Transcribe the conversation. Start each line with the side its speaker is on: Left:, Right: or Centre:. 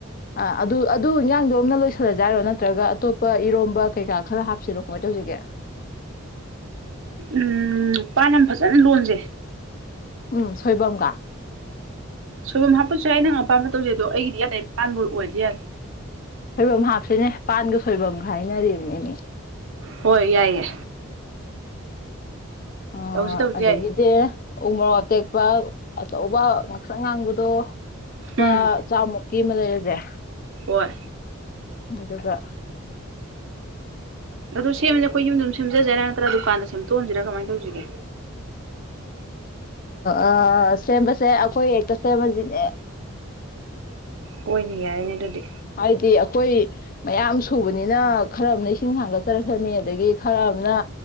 Left: ꯑꯥ ꯑꯗꯨ ꯑꯗꯨ ꯏꯟꯖꯥꯡꯗꯣ ꯑꯝꯅ ꯂꯣꯏꯁꯜꯂꯖꯦ ꯍꯥꯏꯔꯣ ꯅꯠꯇ꯭ꯔꯒ ꯑꯇꯣꯞꯄ ꯏꯔꯣꯝꯕ ꯀꯩꯀꯥ ꯈꯔ ꯍꯥꯞꯁꯤꯔꯣ ꯀꯃꯥꯏ ꯇꯧꯁꯤꯒꯦ
Right: ꯎꯝ ꯄꯥꯟ ꯑꯃ ꯐꯖꯅ ꯂꯣꯟꯖꯦ
Left: ꯎꯝ ꯁꯣꯏꯕꯝꯒ
Right: ꯁꯣꯏꯕꯨꯝ ꯍꯥꯞꯄꯁꯨ ꯌꯥꯏ ꯅꯪ ꯑꯄꯥꯝꯕ ꯇꯧꯖꯦ ꯑꯗꯣ ꯑꯩꯒꯤꯗꯤ ꯏꯌꯥ ꯌꯥꯏ ꯄꯥꯟꯕꯨ ꯑꯣꯏꯔꯗꯤ ꯌꯥꯔꯦ
Left: ꯁꯣꯏꯕꯨꯝ ꯍꯥꯞꯁꯤꯅꯦ ꯄꯥꯟꯒ ꯁꯣꯏꯕꯨꯝꯒ ꯍꯥꯏꯅꯔꯤꯝꯅꯤꯃꯤ
Right: ꯍꯣꯏ ꯌꯥꯏꯌꯦ
Left: ꯑ
Right: ꯇꯧꯁꯤ ꯇꯧꯁꯤ
Left: ꯑꯗꯒꯤꯗꯤ
Right: ꯌꯥꯏꯌꯦ
Left: ꯎ ꯃꯣꯔꯣꯛ ꯑꯇꯦꯛꯄ ꯑꯆꯧꯕ ꯉꯥꯛꯁꯪ ꯉꯥꯡꯕꯗꯣ ꯂꯨꯄꯥ
Right: ꯎꯝ
Left: ꯆꯥꯃꯨꯛ ꯀꯤꯃ ꯂꯩꯔꯖꯦ
Right: ꯍꯣꯏ
Left: ꯑꯗꯨꯒ
Right: ꯑꯗꯨ ꯁꯦꯝꯕꯖꯦ ꯑꯈꯣꯏ ꯌꯨꯝꯗ ꯑꯗꯨꯝ ꯁꯦꯝꯖꯁꯦ ꯍꯥꯢꯔꯥ ꯅꯠꯇ꯭ꯔ ꯗꯨꯀꯥꯟꯗ ꯁꯦꯝꯇꯣꯛꯍꯟꯖꯤꯔ ꯀꯃꯥꯏꯅ ꯇꯧꯁꯤꯒꯦ
Left: ꯑ ꯁꯦꯝꯕꯁꯦ ꯑꯈꯣꯏ ꯍꯦꯛꯇ ꯁꯦꯝꯃꯖꯤꯅꯦ
Right: ꯑꯣꯏꯅꯦ ꯌꯥꯏꯅꯦ ꯑꯗꯨꯗꯤ
Left: ꯍꯥꯏꯗꯤ ꯑꯈꯨꯏ ꯃꯌꯥꯝ ꯁꯨꯕꯅꯤꯅ ꯈꯔ ꯑꯃꯅ ꯏꯁꯤꯡ ꯊꯥꯡꯒꯠꯆꯔꯛꯁꯅꯤ ꯑꯗꯒꯤ ꯈꯔ ꯑꯃꯅ